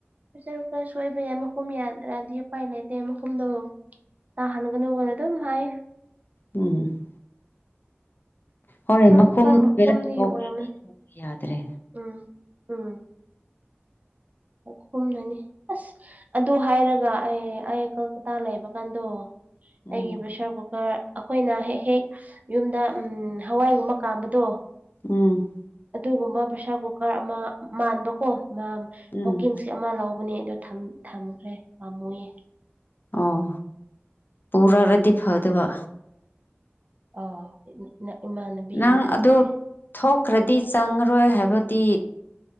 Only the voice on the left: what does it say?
ꯎꯝ ꯍꯣꯏ
ꯃꯈꯨꯝꯗꯨ
ꯕꯦꯔꯥ ꯊꯣꯛꯈ꯭ꯔꯗꯤ
ꯊꫭꯕ ꯌꯥꯗ꯭ꯔꯦ
ꯎꯝ
ꯎꯝ
ꯎꯝ
ꯑꯣ ꯄꯨꯔꯛꯑꯗꯤ ꯐꯒꯗꯕ
ꯅꯪ
ꯑꯗꯨ ꯊꯣꯛꯈ꯭ꯔꯗꯤ ꯆꯪꯉꯔꯣꯏ ꯍꯥꯏꯕꯗꯤ